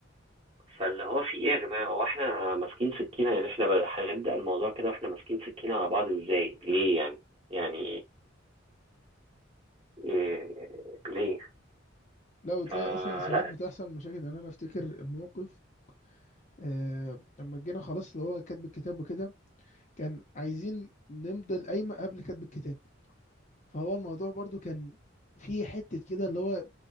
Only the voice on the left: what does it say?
لو تلاقي
اصلا ساعات بتحصل مشاكل يعني انا افتكر موقف آه لما جينا خلاص اللي هو كاتب الكتاب وكده كان عايزين نمضي القايمة قبل كاتب الكتاب فهو الموضوع برضو كان في حتة كده اللي هو